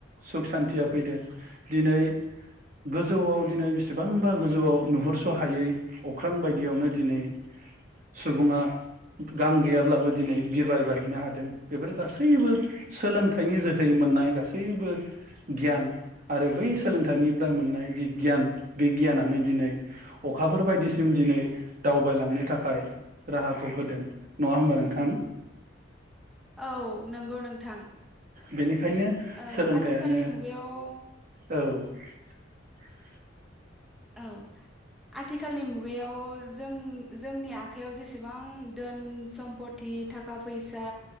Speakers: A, on the right; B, in the centre.
A: सुख सान्थिया फैदों दिनै गोजौआव दिनै बेसेबांबा गोजौआव नुहुरस हायै अख्रां बायदियावनो दिनै सुबुङा गां गैयाब्लाबो दिनै बिरबायबायहैनो हादों। बेफोर गासैबो सोलोंथाइनि जोहै मोननाय गासैबो गियान आरो बै सोलोंथाइनिफ्राय मोननाय जि गियान बे गियानानो दिनै अखाफोर बायदिसिम दिनै दावबायलांनो थाखाय राहाखौ होदों नङा होमबा नोंथां?
B: औ नंगौ नोंथां
A: बेनिखायनो
B: ओ
A: सोलोंथाइयानो
B: आथिखालनि मुगायाव
A: औ <unintelligible>
B: औ आथिखालनि मु गयाव जों जोंनि आखाइयाव जेसेबां दोन सम्फथि थाखा फैसा